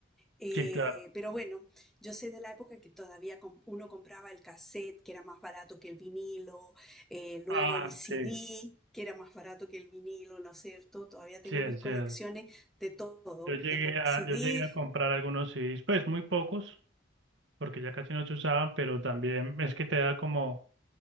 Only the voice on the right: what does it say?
sí, claro.
Ah,
sí,
sí,
es
cierto.
Yo llegué
a,
yo llegué a comprar algunos CDs, pues muy pocos, porque ya casi no se usaban, pero también es que te da como